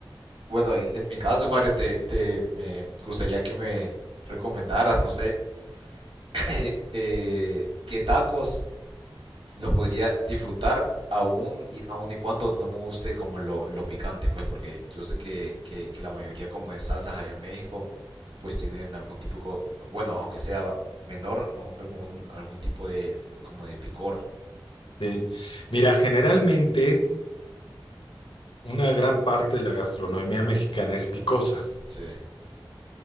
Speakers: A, on the right; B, on the left.
A: Bueno, en, en mi caso, Mario, te, te me gustaría que me recomendaras, no sé, <clears throat> eh, qué tacos los podría disfrutar aún y, aún y cuando no me guste como lo, lo picante, pues porque yo sé que, que, que la mayoría como de salsas allá en México pues tienen algún tipo, co- bueno, aunque sea menor, un- algún, algún tipo de como de picor.
B: sí. Mira, generalmente una gran parte de la gastronomía mexicana es picosa
A: Sí,